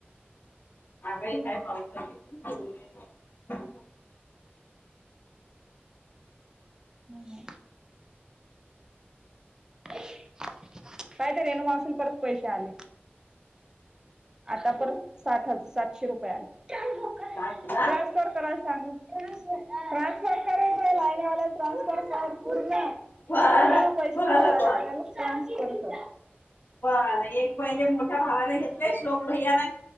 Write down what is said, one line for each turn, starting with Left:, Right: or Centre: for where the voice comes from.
Left: आगाही ह पावसाळी
Right: हम् कायत रेनु मावशीला परत पैसे आले आता परत सात हजार सातशे रुपये आले ट्रान्सफर
Left: चार हजार,
Right: करायला सांगू ट्रान्सफर यय लाईनवाल्याला ट्रान्सफर सर पूर्ण
Left: बर
Right: पूर्ण पैसे
Left: बर
Right: नाही टला
Left: बर
Right: आणाला ट्रान्स करतो
Left: बर एक महिले मोठ्या भावाने घेतले श्लोक भैयाना